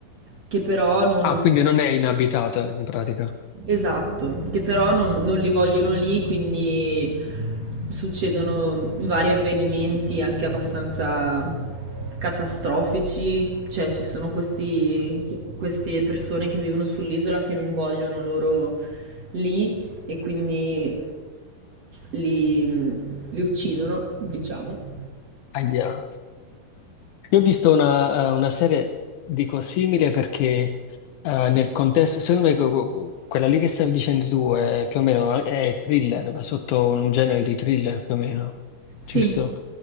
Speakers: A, on the right; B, on the left.
A: che però non...
B: Ah, quindi non è inabitata in pratica.
A: Esatto, che però non, non li vogliono lì, quindi succedono vari avvenimenti anche abbastanza catastrofici, cioè ci sono questi, queste persone che vivono sull'isola che non vogliono loro lì e quindi li, li uccidono, diciamo.
B: Ahia. Io ho visto una, eh, una serie, dico, simile perché eh, nel contesto, secondo me que- que- quella lì che stavi dicendo tu è più o meno eh, è thriller, va sotto un genere di thriller più o meno,
A: Sì,
B: giusto?